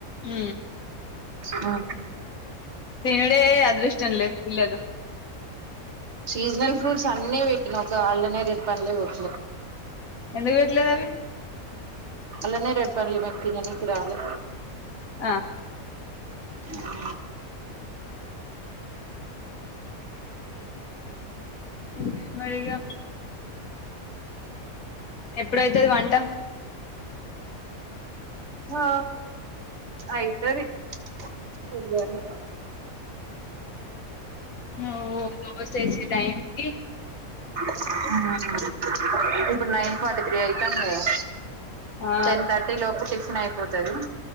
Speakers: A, on the left (about 70°); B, on the right (about 50°).
A: ఊ
B: ఓ
A: తీనుడే అదృష్టం లే పిల్లలు
B: సీజనల్ ఫ్రూట్స్ అన్నీ పెట్టిన ఒక అల్లా నేరేడ్ పండ్లే పెట్లే
A: ఎందుకు చేయట్లేదు అవి
B: అల్లనేరేడు పండు వాడు తిననికి రాలే
A: ఆ
B: ఆ
A: ఇంకేంది మరి ఇగ ఎప్పుడైతుది వంట
B: ఆ అయితది <unintelligible>
A: ఓ బస టైమ్ కి
B: ఆ ఇప్పుడు నైన్ ఫార్టీ త్రీ అయితాండి కదా
A: ఆ
B: టెన్ థర్టీ లోపు టిఫిన్ అయిపోతది,